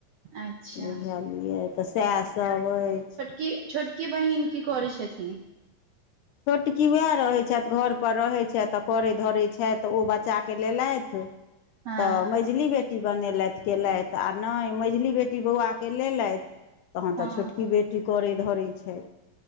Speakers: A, on the right (about 75°); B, on the left (about 75°).
A: अच्छा
B: बुझलियै तऽ सएहसभ अछि।
A: की छोटकी बहिन की करै छथिन।
B: छोटकी वएह रहैत छथि, घर पर रहैत छथि आ करै धरैत छथि ओ बच्चाके लेलथि।
A: हँ
B: तऽ मझली बेटी बनेलथि, केलथि आ नहि मझली बेटी बौआके लेलथि। तखन
A: हँ
B: तऽ छोटकी बेटी करैत धरैत छथि।